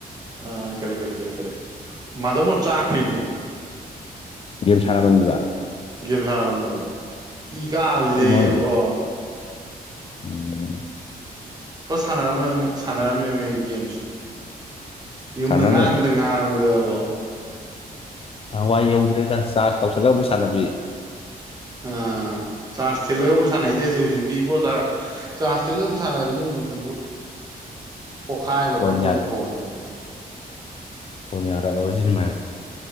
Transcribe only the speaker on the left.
ꯒꯦꯝ ꯁꯥꯟꯅꯃꯟꯕꯗ
ꯀꯩꯅꯣ
ꯍꯥꯏꯁꯦ ꯎꯝ
ꯁꯥꯟꯅꯔꯝꯃꯦ
ꯅꯍꯥꯟꯋꯥꯏ ꯌꯧꯗ꯭ꯔꯦꯗ ꯆꯥꯔꯁ ꯇꯧꯁꯤꯜꯂꯒꯕꯨ ꯁꯥꯟꯅꯕꯤ
ꯐꯣꯟ
ꯌꯥ
ꯐꯣꯟ ꯌꯥꯗꯕꯁꯤ ꯑꯗꯨꯃꯥꯏ